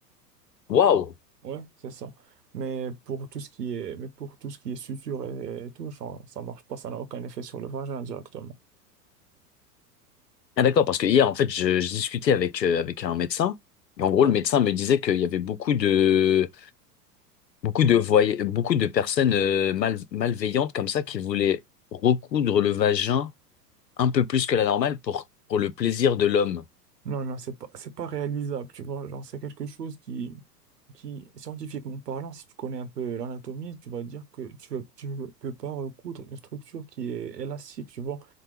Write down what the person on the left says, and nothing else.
Waouh.
Ah d'accord, parce que hier, en fait, je, je discutais avec euh, avec un médecin. Et en gros,
le médecin me disait qu'il y avait beaucoup de beaucoup de voy- beaucoup de personnes euh, mal- malveillantes comme ça qui voulaient recoudre le vagin un peu plus que la normale pour pour le plaisir de l'homme.